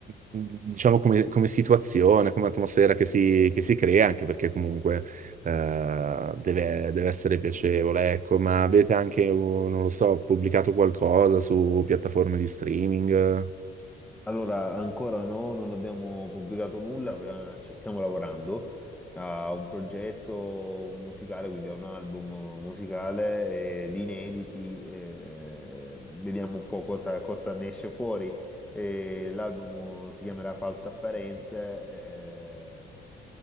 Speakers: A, on the right; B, in the centre.
A: diciamo, come, come situazione, come atmosfera che si, che si crea, anche perché comunque eh, deve, deve essere piacevole, ecco, ma avete anche, oh, non lo so, pubblicato qualcosa su piattaforme di streaming?
B: Allora, ancora no, non abbiamo pubblicato nulla, però ci stiamo lavorando a un progetto musicale, quindi a un album musicale eh, di inediti. eh, vediamo un po' cosa, cosa ne esce fuori. Eh, l'album si chiamerà False Apparenze. eh,